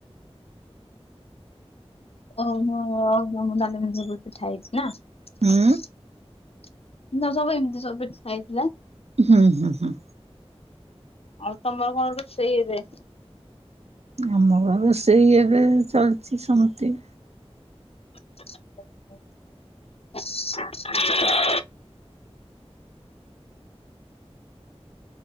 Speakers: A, on the left (about 65°); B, on the right (about 75°).
A: <unintelligible> ନା ସବୁ ଏମତି
B: ହୁଁ
A: ସବୁ ପିଠା ହେଇଥିଲା।
B: ହୁଁ ହୁଁ ହୁଁ।
A: ଆଉ ତମର କଣ ରୋଷେଇ ଆଜି?
B: ଆମର ରୋଷେଇ ଏବେ ଚାଲିଛି ସେମତି
A: <unintelligible>